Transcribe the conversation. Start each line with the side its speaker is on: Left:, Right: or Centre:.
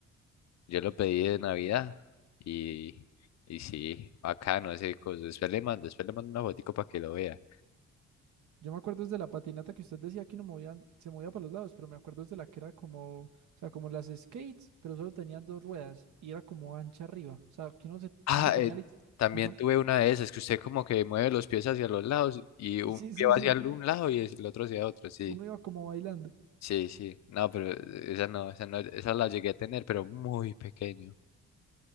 Left: Yo lo pedí de Navidad y, y sí, bacano ese coso. Después le mando, después le mando una fotico para que lo vea.
Right: Yo me acuerdo desde la patinata que usted decía que no movían, se movía para los lados, pero me acuerdo desde la que era como, o sea, como las skates, pero solo tenían dos ruedas y era como ancha arriba. O sea, que uno, se,
Left: Ah,
Right: uno tenía...
Left: eh,
Right: lit-
Left: también
Right: Ajá.
Left: tuve una de esas, que usted como que mueve los pies hacia los lados y un
Right: Sí,
Left: pie
Right: sí,
Left: va
Right: sí.
Left: hacia el- un lado y el otro hacia otro, sí.
Right: Uno iba como bailando.
Left: Sí, sí. No, pero esa no, esa no, esa la llegué a tener, pero muy pequeño.